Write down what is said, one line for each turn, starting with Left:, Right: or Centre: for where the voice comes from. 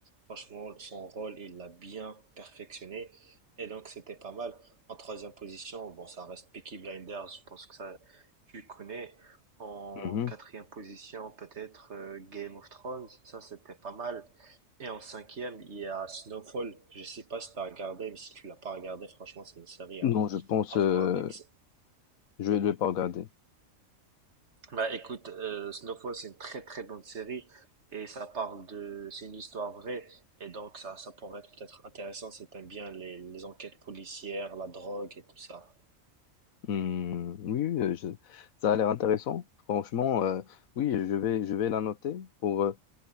Right: Franchement, son rôle, il l'a bien perfectionné. Et donc, c'était pas mal. En troisième position, bon, ça reste Peaky Blinders, je pense que ça, tu connais. En
Left: mhm.
Right: quatrième position, peut-être euh, Game of Thrones, ça, c'était pas mal. Et en cinquième, il y a Snowfall. Je sais pas si tu as regardé, mais si tu l'as pas regardé, franchement, c'est une série à,
Left: Non, je pense,
Right: à
Left: euh,
Right: voir. Avec...
Left: je ne vais pas regarder.
Right: Bah écoute, euh, Snowfall, c'est une très très bonne série et ça parle de, c'est une histoire vraie et donc ça, ça pourrait être peut-être intéressant si t'aimes bien les, les enquêtes policières, la drogue et tout ça.
Left: Hmm, oui, oui, euh, je- ça a l'air intéressant. Franchement, euh, oui, je vais, je vais la noter pour, euh,